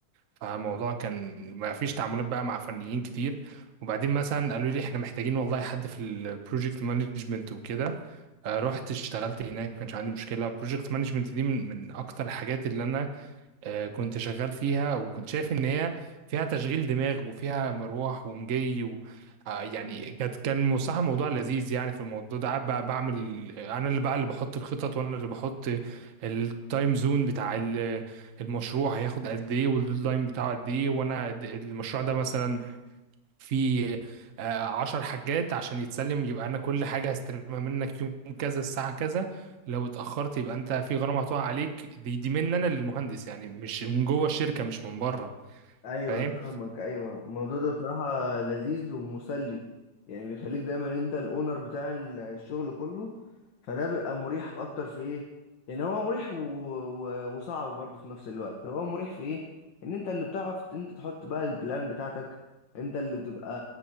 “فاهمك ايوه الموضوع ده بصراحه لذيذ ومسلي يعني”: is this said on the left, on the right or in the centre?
Left